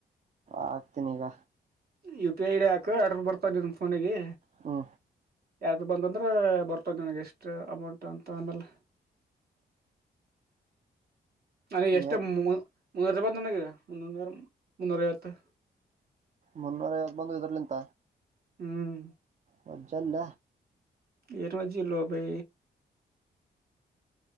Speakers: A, on the right (about 40°); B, on the right (about 60°).
A: ಆಗ್ತೀನಿ ಈಗ
B: ಯು ಪಿ ಐ ಡಿ ಹಾಕು ಅಡ್ರರ್ ಬರ್ತಾ ನಿಮ್ಮ ಫೋನಿಗೆ
A: ಹ್ಮ
B: ಯಾರ ಬಂದಂದ್ರೆ ಬರ್ತದೆ ನನಗೆ ಎಷ್ಟು ಅಮೌಂಟ್ ಅಂತ ಆಮೇಲೆ ನನಗೆ ಎಷ್ಟು
A: ಏನ್
B: ಮುನ್ನೂರ ಬಂದ ನನಗಿದೆ ಮುನ್ನೂರ ಮುನ್ನೂರ ಐವತ್ತು
A: ಮುನ್ನೂರ ಯಾವ್ದ ಬಂದು ಇದರ್ಲಿಂತ
B: ಹ್ಮ್
A: ಮಜಲ್ಲ
B: ಎರ ಮತ್ತ ಲಬೈ